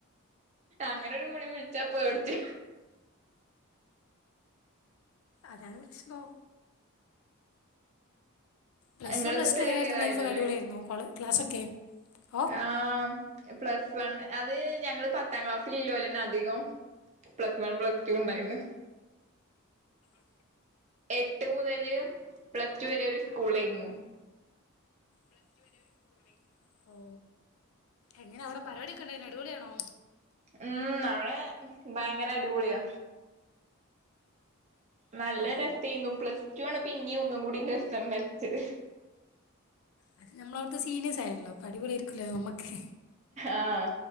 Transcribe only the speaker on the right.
അങ്ങനെ ഒരു ഗളി വിളിച്ചാപ്പ എവിടിച്ച
ഇങ്ങളിപ്പോ
തേർഡ്
ഇയർ
ആയല്ലല്ലേ
ആഹ് പ്ലസ് വണ് അത് ഞങ്ങള് പത്താം ക്ലാസ്സൽ ഇല്ലലന്നെ അധികം പ്ലസ് വൺ പ്ലസ് ടു ഉണ്ടായിന്ന്
എട്ട് മുതല് പ്ലസ് വരെ ഒരു സ്കൂള ആായിരുന്നു
ഉം അടെ ഭയങ്കര അടിപൊളിയാ നല്ല
രസമായിുന്നു പ്ലസ് ടു ആണ് പിന്നെയ ഒന്നും കൂടി രസം വെച്ചത്
ആഹ